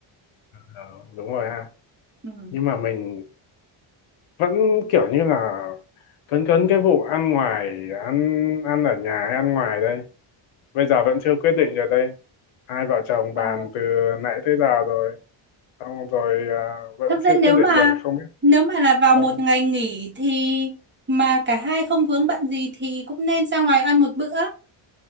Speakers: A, on the left; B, on the right.
A: Ờ, đúng rồi ha.
B: ừ.
A: Nhưng mà mình vẫn kiểu như là cấn cấn cái vụ ăn ngoài ăn ăn ở nhà hay ăn ngoài đây bây giờ vẫn chưa quyết định được đây hai vợ chồng
B: Ờ,
A: bàn từ nãy tới giờ rồi xong rồi à, vẫn
B: Thực
A: chưa
B: ra nếu
A: quyết định
B: mà
A: được không biết
B: nếu mà là vào
A: không
B: một ngày nghỉ thì mà cả hai không vướng bận gì thì cũng nên ra ngoài ăn một bữa,